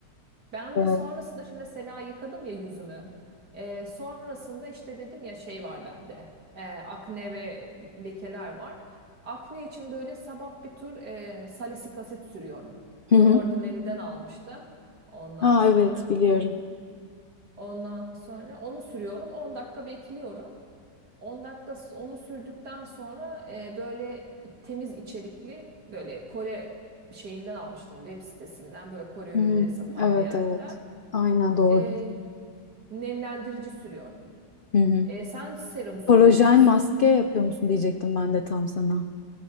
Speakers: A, on the right; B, on the left.
A: Ben
B: Evet.
A: de sonrasında şimdi mesela yıkadım ya yüzümü. Ee, sonrasında işte dedim ya şey var bende. Ee, akne ve lekeler var. Akne için böyle sabah bir tur e, salisilik asit sürüyorum.
B: Hı hı.
A: The Ordinary'den almıştım. Ondan
B: Ha
A: sonra.
B: evet biliyorum.
A: Ondan sonra onu sürüyorum. on dakika bekliyorum. 10 dakika s- onu sürdükten sonra e, böyle temiz içerikli böyle Kore şeyinden almıştım web sitesinden böyle Kore ürünleri
B: Hı,
A: satan
B: evet
A: bir yerden
B: evet. Aynen doğrudur.
A: E, nemlendirici sürüyorum.
B: Hı hı.
A: E, sen serum sürüyor
B: Kolajen
A: musun?
B: maske yapıyor musun diyecektim ben de tam sana.